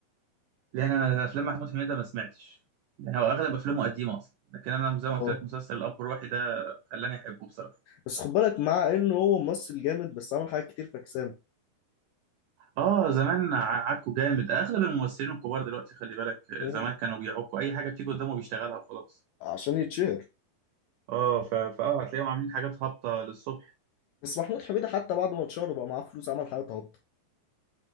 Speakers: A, on the right (about 85°); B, on the left (about 85°).
A: لأن أنا أفلام محمود حميدة ما سمعتش يعني هو أغلب أفلامه قديمة أصلا لكن أنا زي ما
B: اه
A: قلت لك مسلسل الأب الروحي ده خلاني أحبه بصراحة
B: بس خد بالك مع انه هو ممثل جامد بس عمل حاجات كتير فكسانة
A: آه زمان ع- عكوا جامد أغلب الممثلين الكبار دلوقتي خلي بالك آه،
B: مم.
A: زمان كانوا بيعكوا أي حاجة بتيجي قدامه بيشتغلها وخلاص
B: عشان يتشهر
A: آه ف... فآه هتلاقيهم عاملين حاجات هابطة للصبح
B: بس محمود حميدة حتى بعد ما اتشهر وبقى معاه فلوس عمل حاجات هابطة